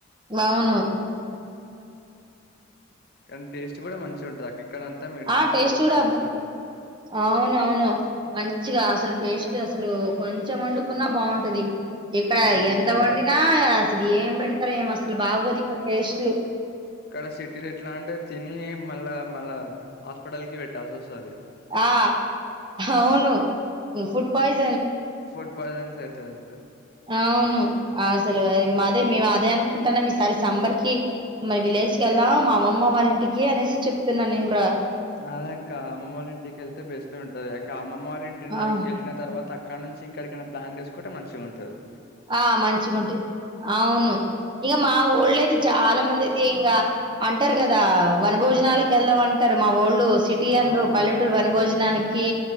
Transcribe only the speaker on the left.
కానీ టేస్ట్ కూడా మంచిగా ఉంటది అక్క ఇక్కడ అంతా మెడిసిన్స్
తోటి
పండిస్తారు.
అవును
ఇక్కడ సిటీలు ఎట్లా అంటే తిని మళ్ళా మళ్ళా హాస్పిటల్ కి పెట్టాల్సి వస్తుది
ఫుడ్ పయిజన్ అయితే అవుతే
అద అక్క అమ్మమ్మ వాళ్ళ ఇంటికిళ్తే బేస్క ఉంటది అక అమ్మమ్మ వాళ్ళ ఇంటిని
వెళ్ళిన తర్వాత అక్క ఇక్కడ నుంచి ఇంక్కడికైనా ప్లాన్ చేసుకుంటే మంచిగా ఉంటుది
అవునవునక్క